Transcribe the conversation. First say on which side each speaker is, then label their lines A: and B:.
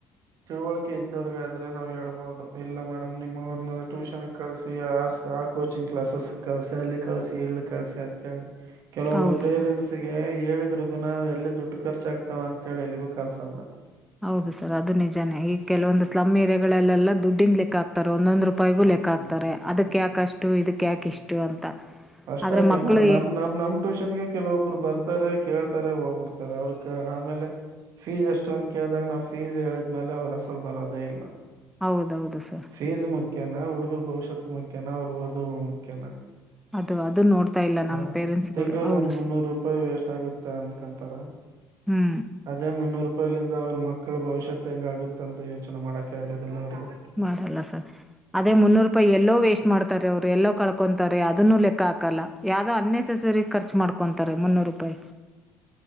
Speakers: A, on the right; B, in the centre.
A: ತಿಳುವಳಿಕೆ ಇದ್ದವ್ರಗಾದ್ರೆ ನಾವ್ ಹೇಳ್ಬಹುದು ಇಲ್ಲ ಮೇಡಮ್ ನಿಮ್ಮವ್ರನ ಟ್ಯೂಷನ್ ಕಳಸಿ ಆ ಆ ಕೋಚಿಂಗ್ ಕ್ಲಾಸಸ್ ಕಳಸಿ ಅಲ್ಲಿ ಕಳ್ಸಿ ಇಕ್ ಕಳ್ಸಿ ಅಂತ ಹೇಳಿ ಕೆಲವೊಬ್ಬ
B: ಹೌದು
A: ಪ್ರೇರೆಂಟ್ಸ್
B: ಸರ್
A: ಗೆ ಹೇಳಿದ್ರು ಗುಣ ಎಲ್ಲಿ ದುಡ್ ಖರ್ಚಾಗಗ್ತಾವ ಅಂತ ಹೇಳಿ ಎಲ್ಲಿಗೂ ಕಲ್ಸ ಅಲ್ಲ
B: ಹೌದು ಸರ್ ಅದು ನಿಜಾನೇ ಈಗ ಕೆಲವೊಂದು ಸ್ಲಮ್ ಏಯಾಾಗಗಳಲ್ಲೆಲ್ಲ ದುಡಿನ್ ಲೆಕ್ಕಕ್ತಾರೆ ಒಂದೊಂದುೂ ಪೈಗು ಲೆಕ್ಕ
A: ಹ್ಮ್
B: ಆ್ತಾರೆ ಅದಕ ಯಾಕೆ ಆಕಷ್ಟು ಇದಕ್ ಯಾಕ ಇಷ್ಟು ಅಂತ
A: ಅಷ್ಟಾಗಿನ
B: ಆದರೆ ಮಕ್ಕಳು
A: ನಮ್
B: ಏ-
A: ನಮ್ ನಮ್ ಟ್ಯೂಷನ್ಗೆ ಕೆಲವೊಬ್ಬರು ಬರ್ತಾರೆ ಕೇಳ್ತಾರೆ ಹೋಗ್ಬಿಡ್ತಾರೆ ಅವ್ರಕ ಆಮೇಲೆ ಫೀಸ್ ಅಷ್ಟೊಂದ ಕೇಳ್ದಾಗ ನಾವವು ಫೀಸ್ ಹೇಳಿದ್ಮೇಲೆ ಅವರು ಅಸಲ್ ಬರೋದೇ ಇಲ್ಲ
B: ಹೌದೌದು ಸರ್
A: ಫೀಸ್ ಮುಖ್ಯನಾ ಹುಡುಗರು ಭವಿಷ್ಯತ್ ಮುಖ್ಯ ಮುಖ್ಯನವ್ರು ಓದುವ ಮುಖ್ಯನ
B: ಅದು ಅದು ನೋಡ್ತಾ ಇಲ್ಲ
A: ಹ
B: ನಮ್ಮ ಪೇರೆಂಟ್ಸ್ಗಳು
A: ತಿಂಗಳಗ
B: ಹೌದು
A: ಒಂದ್ ಮುನ್ನೂರು ರೂಪಾಯಿ ಎಷ್ಟ ಆಗುತ್ತೆ ಅಂದ್ಕಂತಾರ
B: ಹ್ಞೂ
A: ಅದೇ ಮುನ್ನೂರು ರೂಪಾಯಿಲಂದ ಅವ್ರ ಮೊ ಮಕ್ಕಳು ಭವಿಷ್ಯತ್ ಹೆಂಗ ಆಗುತ್ತ ಅಂತ ಯೋಚನೆ ಮಾಡಕೆ ಆಗೋದಿಲ್ಲ ಅವ್ರಿಗೆ
B: ಮಾಡಲ್ಲ ಸರ್ ಅದೇ ಮುನ್ನೂರು ರೂಪಾಯಿ ಎಲ್ಲೋ ವೇಸ್ಟ್ ಮಾಡ್ ಅವ್ರು ಎಲ್ಲೋ ಕಳ್ಕೊಂತತಾರೆ ಅದನ್ನು ಲೆಕ್ಕ ಹಾಕಲ್ಲ ಯಾವ್ದೋ ಅನ್ ಖರ್ಚ ಮಾಡ್ಕೊರೆ ಮುನ್ನೂರು ರೂಪಾಯ